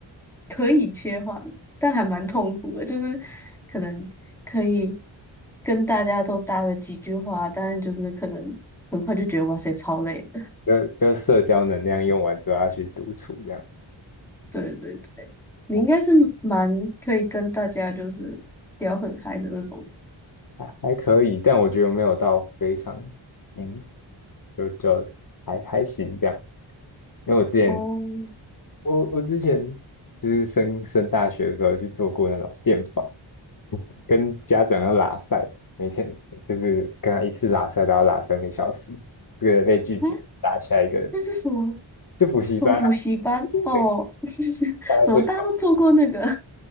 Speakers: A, in the centre; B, on the left.
A: 可以切换，但还蛮痛苦的，就是可能可以跟大家都搭个几句话，但是就是可能很快就觉得哇塞，超累的。<laughs>
B: 就就社交能量用完之后，要去独处这样，
A: 对对对，你应该是蛮可以跟大家就是聊很嗨的那种。
B: 哦，还可以，但我觉得没有到非常，嗯，就就还还行这样。因为我之前，
A: 哦，
B: 我我之前就是升升大学的时候去做过那种电访，跟家长要拉塞，每天就是跟他一次拉塞都要拉三个小时，这个被拒绝，
A: 啊，
B: 拉下一个
A: 那是什么？
B: 就补习班啊，
A: 什么补习班？哦，
B: 对，
A: <laughs>
B: 大家最。
A: 怎么大家都做过那个？